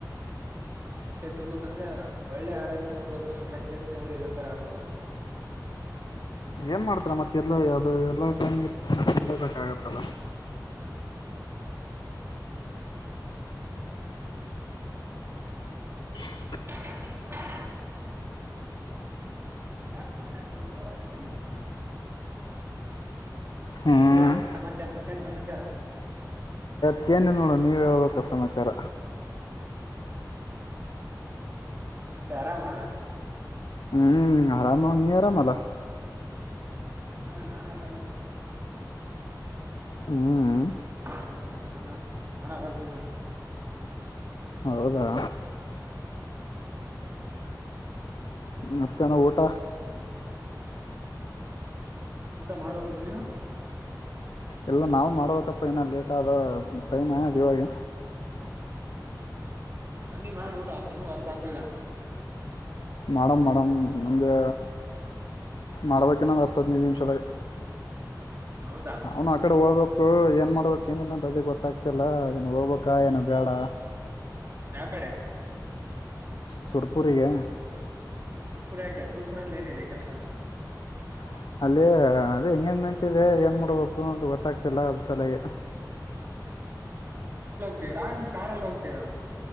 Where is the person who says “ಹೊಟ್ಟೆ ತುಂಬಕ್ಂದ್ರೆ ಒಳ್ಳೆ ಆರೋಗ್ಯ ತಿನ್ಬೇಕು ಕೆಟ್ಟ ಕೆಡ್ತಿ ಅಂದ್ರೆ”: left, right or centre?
Right